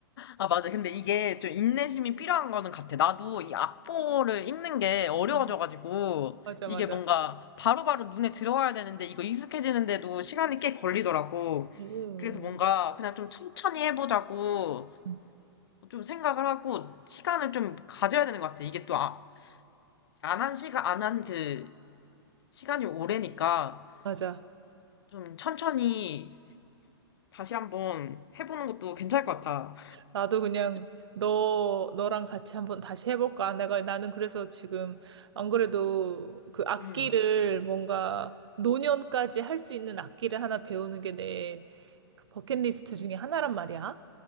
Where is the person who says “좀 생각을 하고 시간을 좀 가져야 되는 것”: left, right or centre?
Left